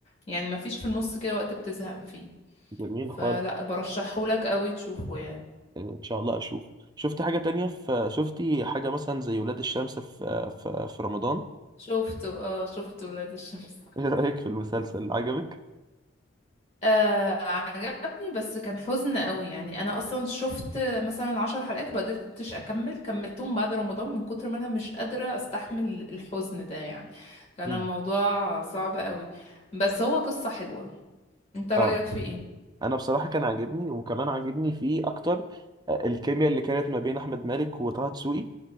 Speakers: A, on the left; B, on the right.
A: يعني ما فيش في النص كده وقت بتزهق فيه
B: جميل
A: فلا
B: خالص
A: برشحهولك قوي تشوفه يعني
B: ان شاء الله اشوف شفت حاجة تانية في شفتي حاجة مثلا زي ولاد الشمس في في, في رمضان
A: شفته اه شفته ولاد الشمس
B: <laughs> ايه رأيك في المسلسل عجبك؟
A: آه عجبني بس كان حزن قوي يعني انا اصلا شفت مثلا عشر حلقات وما قدرتش اكمل كملتهم بعد رمضان من كتر ما انا مش قادرة استحمل الحزن ده يعني كان
B: مم.
A: الموضوع صعب قوي بس هو قصة حلوة انت رأيك
B: اه
A: في ايه
B: انا بصراحه كان عاجبني وكمان عاجبني فيه اكتر آه، الكيمياء اللي كانت ما بين احمد مالك وطه دسوقي